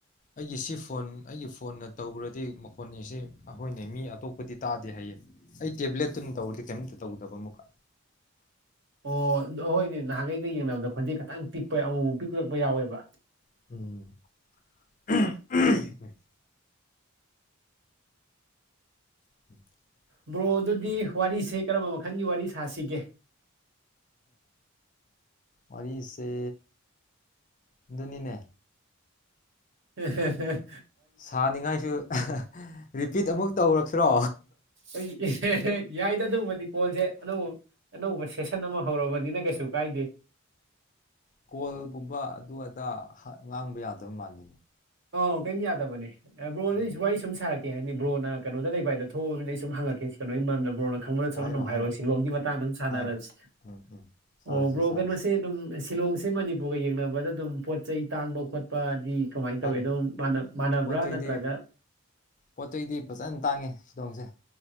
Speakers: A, on the left (about 35°); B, on the right (about 55°).
A: ꯑꯩꯒꯤ ꯁꯤ ꯐꯣꯟ ꯑꯩꯒꯤ ꯐꯣꯟꯅ ꯇꯧꯕ꯭ꯔꯗꯤ ꯃꯈꯣꯟꯅꯤꯁꯤ ꯑꯩꯈꯣꯏꯅꯦ ꯃꯤ ꯑꯇꯣꯞꯄꯗꯤ ꯇꯥꯗꯦ ꯍꯥꯏꯌꯦ ꯑꯩ ꯇꯦꯕ꯭ꯂꯦꯠꯇꯨꯅ ꯇꯧꯔꯗꯦ ꯀꯔꯤꯝꯇ ꯇꯧꯗꯕ ꯑꯃꯨꯛꯀ
B: ꯑꯣ ꯑꯩꯍꯣꯏꯅꯦ ꯅꯍꯥꯟꯒꯩꯒ ꯌꯦꯡꯅꯕꯗ ꯈꯣꯟꯖꯦ ꯈꯇꯪ ꯄꯤꯛꯄ ꯑꯃꯨꯛ ꯃꯨꯛ ꯄꯛꯂꯛꯄ ꯌꯥꯎꯋꯦꯕ
A: ꯎꯝ <inaudible>
B: ꯕ꯭ꯔꯣ ꯑꯗꯨꯗꯤ ꯋꯥꯔꯤꯁꯦ ꯀꯔꯝꯕ ꯃꯈꯜꯒꯤ ꯋꯥꯔꯤ ꯁꯥꯁꯤꯒꯦ
A: ꯋꯥꯔꯤꯁꯦ ꯑꯗꯨꯅꯤꯅꯦ
B: ꯍꯦ ꯍꯦ ꯍꯦ
A: ꯁꯥꯅꯤꯡꯉꯥꯏꯁꯨ ꯔꯤꯄꯤꯠ ꯑꯃꯨꯛ ꯇꯧꯔꯛꯁꯤꯔꯣ
B: ꯑꯩ ꯌꯥꯏꯗ ꯑꯗꯨꯕꯗꯤ ꯀꯣꯜꯖꯦ ꯑꯅꯧꯕ ꯑꯅꯧꯕ ꯁꯦꯁꯟ ꯑꯃ ꯍꯧꯔꯕꯅꯤꯅ ꯀꯩꯁꯨ ꯀꯥꯏꯗꯦ
A: ꯀꯣꯜꯒꯨꯝꯕ ꯑꯗꯨ ꯑꯗꯥ ꯉꯥꯡꯕ ꯌꯥꯗꯕ ꯃꯥꯜꯂꯤꯅꯦ
B: ꯑꯣ ꯀꯩꯝ ꯌꯥꯗꯕꯅꯦ ꯕ꯭ꯔꯣꯗꯤ
A: ꯎꯝ
B: ꯋꯥꯔꯤ ꯁꯨꯝ ꯁꯥꯔꯛ ꯀꯩ ꯍꯥꯏꯅꯤ ꯕ꯭ꯔꯣꯅ ꯀꯩꯅꯣ ꯂꯩꯕꯗꯣ ꯊꯣꯛꯑꯅꯤ ꯑꯩ ꯁꯨꯝ ꯍꯪꯉꯛꯀꯦ ꯀꯣꯅꯣꯒꯤ ꯃꯔꯝꯗ ꯕ꯭ꯔꯣꯅ ꯈꯪꯕꯅ ꯆꯠ
A: ꯍꯥꯏꯔꯣ
B: ꯑꯗꯨꯝ
A: ꯍꯥꯏꯔꯣ
B: ꯍꯥꯏꯔꯛꯑꯣ ꯁꯤꯂꯣꯡꯒꯤ ꯃꯇꯥꯡꯗ ꯑꯗꯨꯝ ꯁꯥꯟꯅꯔꯁꯤ
A: ꯍꯥꯏꯔꯣ ꯎꯝ ꯎꯝ ꯁꯥꯔꯁꯤ
B: ꯑꯣ ꯕ꯭ꯔꯣ
A: ꯁꯥꯔꯁꯤ
B: ꯀꯩꯅꯣꯁꯦ ꯑꯗꯨꯝ ꯁꯤꯂꯣꯡꯁꯦ ꯃꯅꯤꯄꯨꯔꯒ ꯌꯦꯡꯅꯕꯗ ꯑꯗꯨꯝ ꯄꯣꯠ ꯆꯩ ꯇꯥꯡꯕ ꯈꯣꯠꯄꯗꯤ ꯀꯃꯥꯏꯅ
A: ꯇꯥꯡꯉꯤ
B: ꯇꯧꯋꯤ ꯑꯗꯨꯝ ꯃꯥꯟꯅꯕ꯭ꯔꯥ
A: ꯄꯣꯠ ꯆꯩꯗꯤ
B: ꯅꯠꯇ꯭ꯔꯒ
A: ꯄꯣꯠ ꯆꯩꯗꯤ ꯐꯖꯅ ꯇꯥꯡꯉꯦ ꯁꯤꯗꯣꯡꯖꯦ